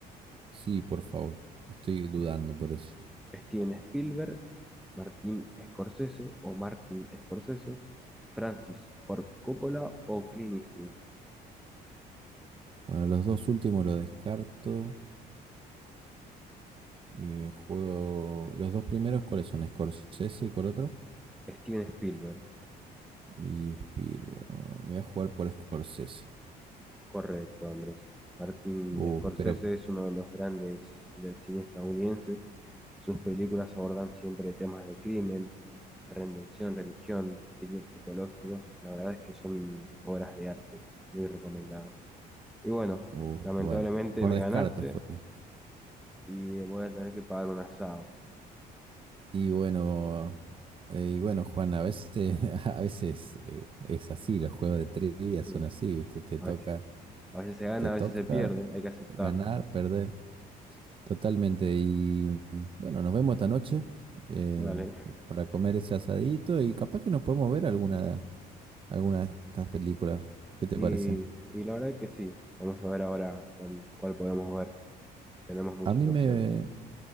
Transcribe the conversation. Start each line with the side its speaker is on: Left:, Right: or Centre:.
Right: sí, por favor. Estoy dudando por eso.
Centre: Steven Spielberg, Martin Scorsese o Martin Scorsese, Francis Ford Coppola o Clint Eastwood.
Right: Bueno, los dos últimos los descarto. Y juego. Los dos primeros, ¿cuáles son? Scorsese y cuál otro?
Centre: Steven Spielberg,
Right: Y Spielberg. ah, Voy a jugar por Scorsese.
Centre: correcto, Andrés. Martin
Right: Uf,
Centre: Scorsese
Right: pero
Centre: es uno de los grandes del cine estadounidense. Sus películas abordan siempre temas de crimen, redención, religión, thrillers psicológicos. La verdad es que son obras de artes muy recomendadas. Y bueno,
Right: uf,
Centre: lamentablemente
Right: bueno, por
Centre: me
Right: descarte
Centre: ganaste
Right: fue.
Centre: y voy a tener que pagar un asado.
Right: Y bueno, eh, y bueno, Juan, a veces, <laughs> a veces eh, es así, los juegos de trivia
Centre: Sí.
Right: son así, ¿viste? Te
Centre: A
Right: toca,
Centre: veces, a veces se gana,
Right: te toca
Centre: a veces se pierde, hay que aceptarlo.
Right: ganar, perder. Totalmente. Y bueno, nos vemos esta noche eh,
Centre: Vale. <laughs>
Right: para comer ese asadito y capaz que nos podemos ver alguna, alguna de estas películas. ¿Qué te
Centre: Y,
Right: parece?
Centre: y la verdad es que sí. Vamos a ver ahora cuál, cuál podemos ver. Tenemos muchas
Right: A mí me,
Centre: opciones.